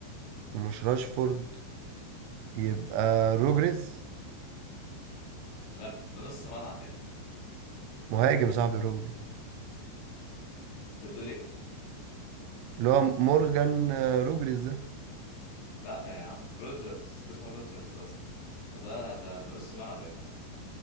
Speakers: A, on the right; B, on the left.
A: ومش راشفورد يبقى روجريز
B: لا ده نص ملعب يا ابني
A: مهاجم صاحبي روجريز
B: انت بتقول ايه؟
A: اللي هو مورجان آه، روجريز ده
B: لا يا عم روجرز اسمه روجرز اصلا وده ده ده نص ملعب يا ابني